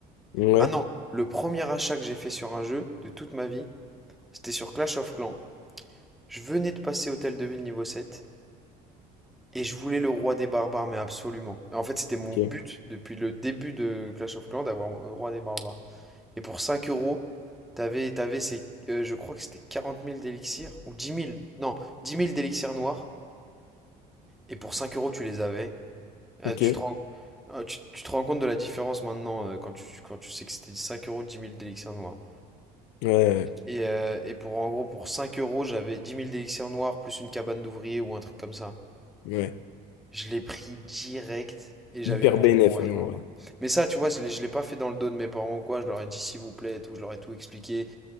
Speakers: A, on the left (about 70°); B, in the centre.
A: ouais,
B: Ah non, le premier achat que j'ai fait sur un jeu de toute ma vie, c'était sur Clash of Clans. Je venais de passer Hôtel de Ville niveau 7 et je voulais le roi des barbares, mais absolument. En fait, c'était mon
A: ok,
B: but depuis le début de Clash of Clans d'avoir le roi des barbares. Et pour 5 euros, t'avais, t'avais ces, euh, je crois que c'était quarante mille d'élixirs, ou dix mille, non, dix mille d'élixirs noirs, et pour 5 euros, tu les avais. Euh,
A: ok,
B: tu te rends, euh, tu, tu te rends compte de la différence maintenant euh, quand tu, quand tu sais que c'était 5 euros, dix mille d'élixirs noirs.
A: ouais,
B: Et, euh, et pour, en gros, pour 5 euros, j'avais dix mille d'élixirs noirs plus une cabane d'ouvriers ou un truc comme ça.
A: ouais.
B: Je l'ai pris direct. Et j'avais
A: Hyper
B: eu mon
A: bénéf,
B: mon rendez-vous.
A: hein, en vrai.
B: Mais ça, tu vois, je l'ai je l'ai pas fait dans le dos de mes parents ou quoi. Je leur ai dit, s'il vous plaît, et tout. Je leur ai tout expliqué.